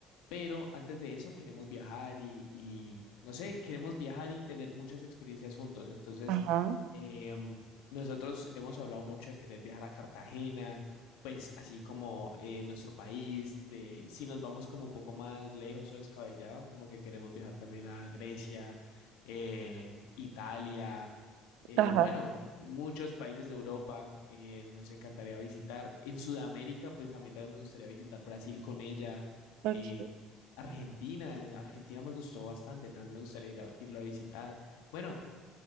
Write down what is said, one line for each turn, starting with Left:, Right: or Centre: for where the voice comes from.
Left: Pero antes de eso queremos viajar y, y, no sé, queremos viajar y tener muchas experiencias juntos. Entonces,
Right: ajá,
Left: em, nosotros hemos hablado mucho de querer viajar a Cartagena, pues así como eh, nuestro país, de, si nos vamos como un poco más lejos o descabellado, como que queremos viajar también a Grecia, eh, Italia, eh,
Right: ajá,
Left: bueno, muchos países de Europa eh, nos encantaría visitar. En Sudamérica, pues a mí también me gustaría visitar Brasil con ella
Right: ok,
Left: eh, Argentina, Argentina me gustó bastante, también me gustaría ir a, irlo a visitar. Bueno,